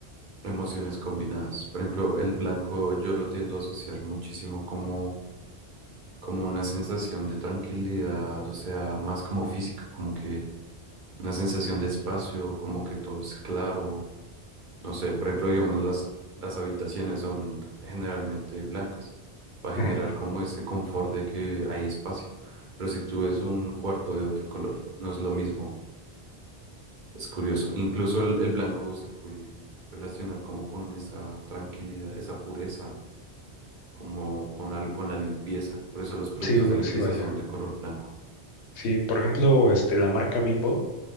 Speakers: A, on the right; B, on the left.
A: Emociones combinadas. Por ejemplo, el blanco yo lo tiendo a asociar muchísimo como, como una sensación de tranquilidad, o sea, más como física, como que una sensación de espacio, como que todo es claro. No sé, por ejemplo, digamos, las, las habitaciones son generalmente blancas. Va a generar
B: Ujú.
A: como ese confort de que hay espacio. Pero si tú ves un cuarto de otro color, no es lo mismo es curioso. Incluso el, el blanco se puede relacionar como con esa tranquilidad, esa pureza, como con, al- con la limpieza. Por eso los productos
B: Sí,
A: de limpieza
B: sí, vaya.
A: son de color blanco.
B: Sí, por ejemplo, este, la marca Bimbo,